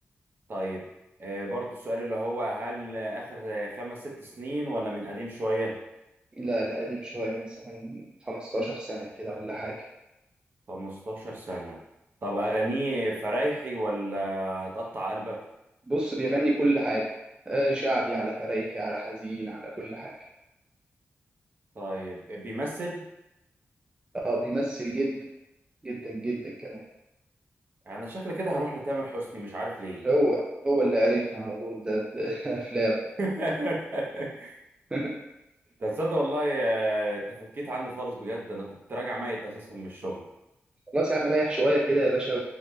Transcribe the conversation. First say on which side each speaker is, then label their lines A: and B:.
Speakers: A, on the right; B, on the right.
A: طيب آه برضو السؤال اللي هو هل آخر آه، خمس ست سنين ولا من قديم شوية
B: لا لا قديم شوية مثلا 15 سنة كده ولا حاجة
A: 15 سنة طب أغانيه فرايحي ولا هتقطع قلبك
B: بص بيغني كل حاجة آه، شعبي على فريحي على حزين على كل حاجة
A: طيب بيمثل
B: اه بيمثل جدا جدا جدا كمان
A: أنا شكل كده هروح لتامر حسني مش عارف ليه
B: هو هو اللي عرفنا على طول ده بأفلام
A: <laughs>
B: <laughs>
A: ده تصدق والله آه، تفكيت عني خالص بجد أنا كنت راجع ميت أساسا من الشغل
B: خلاص يا عم ريح شوية كده يا باشا